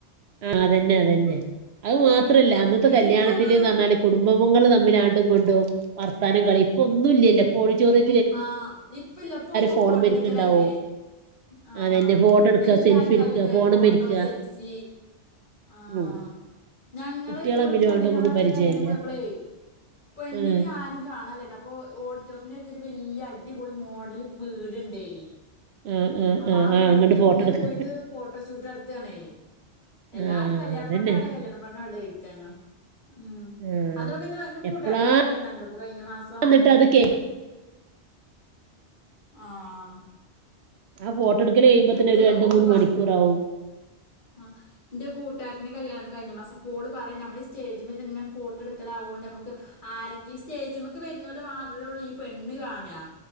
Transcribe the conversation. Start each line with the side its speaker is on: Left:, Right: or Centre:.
Right: ആഹ് അതന്നെ അതന്നെ അത് മാത്രല്ല
Left: എനിക്ക്
Right: അന്നത്തെ
Left: എനിക്കൊന്നൊരു
Right: കല്യാണത്തിന് ന്ന് പറഞ്ഞാല് കുടുംബങ്ങള് തമ്മിലാണ്ടും ഇങ്ണ്ടും വർത്താനം കളീം പ്പൊ ഒന്നുല്ല്യേലോ ഇപ്പോഡിറ്റൊറിയ
Left: ആഹ് ഇപ്പല്ല്യാ ഇപ്പൊക്കെ
Right: ഫോണുമ്മരിക്ക്ണ്ടാവും
Left: ഫോട്ടോ എടുക്കലല്ലേ ആഹ്
Right: അതന്നെ ഫോട്ടോ എടുക്ക
Left: എല്ലാരും
Right: സെൽഫി എടുക്ക
Left: കല്ലില്
Right: ഫോണുമ്മരിക്ക
Left: ഫോട്ടോസ് സെൽഫി ആഹ്
Right: ഉം
Left: ഞങ്ങള്
Right: കുട്ടികളെ
Left: ഇതേപോലെ
Right: തമ്മിലും
Left: ഒരു കല്ല്യാണെ
Right: ആണ്ടും ഇങ്ങട്ടും
Left: ഞാങ്ങവ്ടുത്തെ
Right: പരിചയല്ല
Left: കല്യാൺത്തിന് പോയ്‌പ്ലെ പെണ്ണിനേം
Right: ആഹ്
Left: ആരേം കാണാല്ലാട്ടോ ഇപ്പൊ ഓഡിറ്റോർത്തിന്റെടുത്തൊരു ഒരു വല്ല്യ അടിപൊളി മോഡല് വീട്ണ്ടേ
Right: ആഹ് ആഹ്
Left: അപ്പാ
Right: ആഹ്
Left: വീട്ന്റെ
Right: ആഹ് അങ്ങട്ട് ഫോട്ടോ
Left: മുന്നില്
Right: എടുക്ക
Left: പോയിട്ട് ഫോട്ടോഷൂട്ട് നട്ത്താണേ എല്ലാരും
Right: ആഹ്
Left: കല്യാണ
Right: അതന്നെ
Left: പെണ്ണെവ്ടെ കല്യാണ പെണ്ണെവ്ടെ ഓയ്ക്കാര്ന്നു ഉംഹ്
Right: ആഹ്
Left: അന്നരം പിന്നാ എന്റെ കൂട്ടാര്ത്തിന്റെ
Right: എപ്പളാ
Left: കല്യാണണ്ടായിരുന്നുട്ടോ കഴിഞ്ഞ മാസം
Right: എന്നിട്ട് അത് കേ
Left: ആഹ്
Right: ആഹ് ഫോട്ടെടുക്കല് കയ്മ്പോത്തിന്
Left: എന്നിട്ട്
Right: ഒരു രണ്ട്
Left: ഓള്
Right: മൂന്ന്
Left: പറ
Right: മണിക്കൂറാവും
Left: ആഹ് ന്റെ കൂട്ടാര്ത്തിന്റെ കല്യാണആര്ന്ന് കഴ്ഞ്ഞ മാസം പ്പൊ ഓള് പറയാ നമ്മള് സ്റ്റേജ്മ്മെത്ങ്ങനെ ഫോട്ടൊ എടുക്കലാവോണ്ട് നമുക്ക് ആരൊക്കെ സ്റ്റേജ്മക്ക് വരുന്നോര് മാത്രേള്ളൂ ഈ പെണ്ണ് കാണാ.